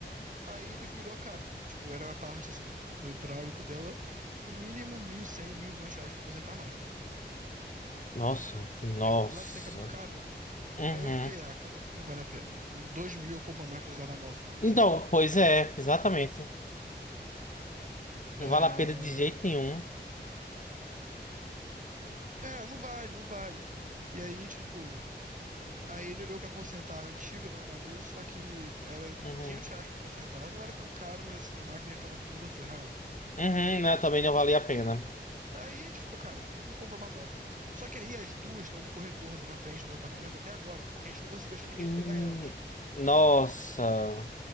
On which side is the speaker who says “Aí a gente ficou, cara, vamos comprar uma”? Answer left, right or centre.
Right